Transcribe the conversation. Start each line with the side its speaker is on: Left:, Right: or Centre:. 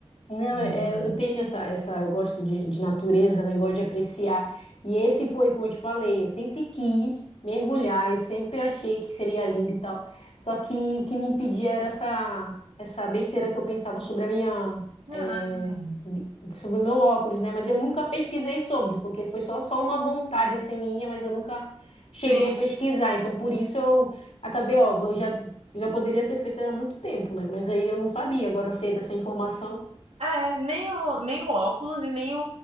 Left: Não,
Right: Lindo
Left: é- é,
Right: demais.
Left: eu tenho essa, essa, eu gosto de, de natureza, né? Gosto de apreciar. E esse foi, como eu te falei, eu sempre quis mergulhar, eu sempre achei que seria lindo e tal. Só que o que me impedia era essa, essa besteira que eu pensava sobre a minha,
Right: Ah,
Left: é, bi- sobre o meu óculos, né? Mas eu nunca pesquisei sobre, porque foi só, só uma vontade assim minha, mas eu nunca
Right: sim.
Left: cheguei a pesquisar. Então, por isso eu acabei, ó, eu já, já poderia ter feito há muito tempo, né? Mas aí eu não sabia, agora eu sei dessa informação.
Right: É, nem o, nem o óculos e nem o,